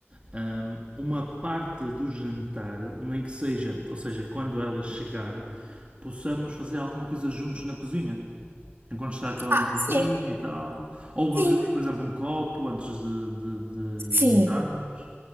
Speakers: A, on the right; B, on the right.
A: ahm, uma parte do jantar, nem que seja, ou seja, quando ela chegar, possamos fazer alguma coisa juntos na cozinha. Enquanto está aquela
B: Ah,
A: musiquinha
B: sim,
A: e tal. Ou
B: sim,
A: bebemos, por exemplo, um copo antes de, de-
B: sim.
A: de jantarmos.